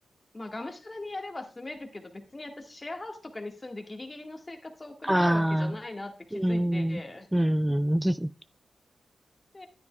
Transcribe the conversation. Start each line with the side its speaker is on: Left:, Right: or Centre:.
Left: まあがむしゃらにやれば住めるけど別に私シェアハウスとかに住んでギリギリの生活を送りたいわけじゃないなって気づいて、
Centre: ああ、うん、うん、<laughs>
Left: で、